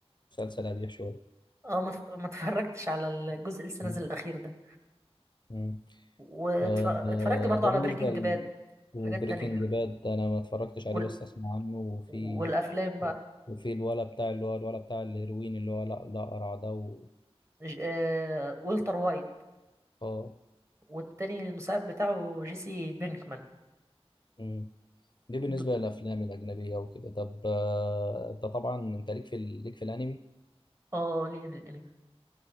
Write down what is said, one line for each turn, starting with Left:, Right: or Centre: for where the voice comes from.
Left: مسلسل أبيح شوية
Right: اه ما اتف- ما اتفرجتش على الجزء اللي لسه
Left: مم.
Right: نازل الاخير ده
Left: مم.
Right: واتفرجت
Left: آه،
Right: برضو
Left: ده
Right: على
Left: بالنسبة
Right: بريكنج
Left: ل...
Right: باد وحاجات
Left: وبريكنج
Right: تانية
Left: باد أنا ما اتفرجتش عليه
Right: وال...
Left: بس أسمع عنه وفي
Right: والافلام بقى
Left: وفي الولا بتاع اللي هو الولا بتاع الهيروين اللي هو لا لا قرع ده و...
Right: ج... آه... والتر وايت
Left: اه
Right: والتاني المساعد بتاعه جيسي بينكمان
Left: مم. دي بالنسبة
Right: د-
Left: للأفلام الأجنبية وكده طب آه، أنت طبعا أنت ليك في ال- ليك في الأنمي
Right: اه ليه في الانمي